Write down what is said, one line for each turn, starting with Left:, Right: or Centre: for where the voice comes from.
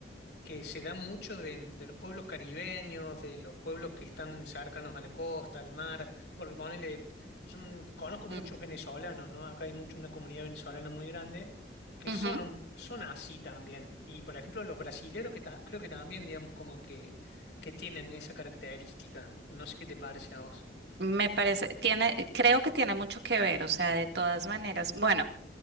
Left: que se da mucho de, de los pueblos caribeños, de los pueblos que están cercanos a la costa, al mar, porque ponele, yo, mm, conozco muchos
Right: Mm.
Left: venezolanos, ¿no? Acá hay mucho, una comunidad venezolana muy grande que
Right: Ujú.
Left: son, un- son así también. Y por ejemplo, los brasileros que ta- creo que también, digamos, como que, que tienen esa característica. No sé qué te parece a vos.
Right: Me parece, tiene, creo que tiene mucho que ver, o sea, de todas maneras. Bueno,